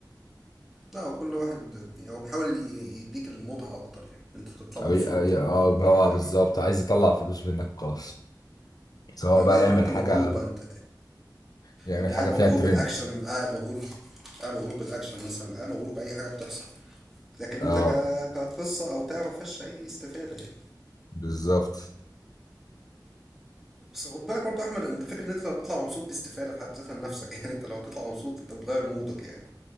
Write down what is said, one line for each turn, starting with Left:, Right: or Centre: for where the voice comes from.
Centre: لا هو كل واحد يعني هو بيحاول ي- يديك المتعه اكتر يعني انت تطلع
Left: أو
Centre: مبسوط
Left: ي- أي- اه هو
Centre: يعني
Left: بالظبط عايز يطلع فلوس منك وخلاص سواء
Centre: <laughs>
Left: بقى
Centre: لا وانت
Left: يعمل حاجه
Centre: مبهور بقى انت
Left: يعمل
Centre: انت
Left: حاجه
Centre: قاعد
Left: فيها
Centre: مبهور
Left: ترند
Centre: بالاكشن قاعد مبهور قاعد مبهور بالاكشن مثلا قاعد مبهور باي حاجه بتحصل لكن
Left: اه
Centre: انت ك... كقصه او بتاع ما فيهاش اي استفاده يعني
Left: بالظبط
Centre: بس خد بالك برضه يا احمد انت فكره ان انت لو بتطلع مبسوط دي استفاده في حد ذاتها لنفسك <laughs> يعني انت لو بتطلع مبسوط انت بتغير مودك يعني